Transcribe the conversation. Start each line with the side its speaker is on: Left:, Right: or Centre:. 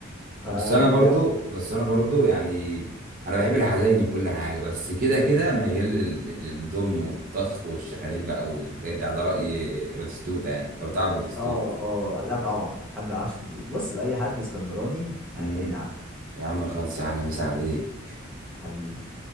Centre: فبجد
Right: بس انا برضو بس انا برضو يعني انا بحب الحزين وكل حاجه بس كده كده ميال لل- للضم والطخ والشخاليل بقى والحاجات دي على راي باتيستوتا يعني لو تعرف باتيستوتا
Centre: اه اه لا طبعا حد ما يعرفش دز- بص اي حد اسكندراني هتلاقيني
Right: مم.
Centre: عارفه
Right: يا عم خلص اهلا مسا عليك
Centre: حبيبي